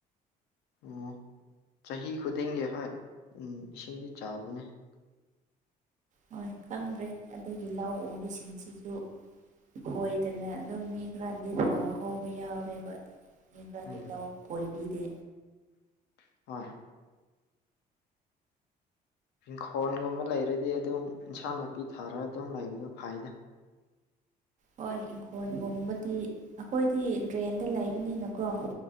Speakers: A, on the left; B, on the right.
A: ꯑꯣ
B: ꯍꯣꯏ ꯈꯪꯗ꯭ꯔꯦ ꯑꯗꯨꯒꯤ ꯂꯧ ꯎꯕꯤꯁꯤꯡꯁꯤꯁꯨ ꯈꯣꯏꯗꯅ ꯑꯗꯨꯝ ꯃꯤ ꯈꯔꯗꯤ ꯐꯥꯎ ꯍꯧꯕ ꯌꯥꯎꯔꯦꯕ ꯑꯗꯨ ꯃꯤ ꯈꯔꯗꯤ
A: ꯎꯝ
B: ꯂꯧ ꯀꯣꯏꯕꯤꯗꯦ
A: <unintelligible> ꯏꯪꯈꯣꯜꯒꯨꯝꯕ ꯂꯩꯔꯗꯤ ꯑꯗꯨꯝ ꯏꯟꯁꯥꯡ ꯅꯥꯄꯤ ꯊꯥꯔꯒ ꯑꯗꯨꯝ ꯂꯩꯕꯗꯣ ꯐꯥꯏꯗ
B: ꯍꯣꯏ ꯏꯪꯈꯣꯜꯒꯨꯝꯕꯗꯤ ꯑꯩꯈꯣꯏꯗꯤ ꯗ꯭ꯔꯦꯟꯗ ꯂꯩꯕꯅꯤꯅꯀꯣ